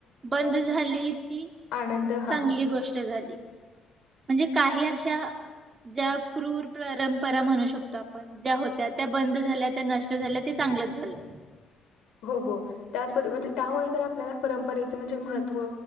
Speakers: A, on the right; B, on the left.
A: बंद झाली ती
B: आनंद हा
A: चांगली गोष्ट झाली म्हणजे काही अश्या त्या ज्या क्रूर परंपरा म्हणू शकतो आपण ज्या होत्या त्या बंद झाल्या, त्या नष्ट झाल्या ते चांगलंच झालं.
B: हो हो त्याच पद्धत म्हणजे त्यामुळे तर आपल्याला परंपरेचं म्हणजे महत्त्व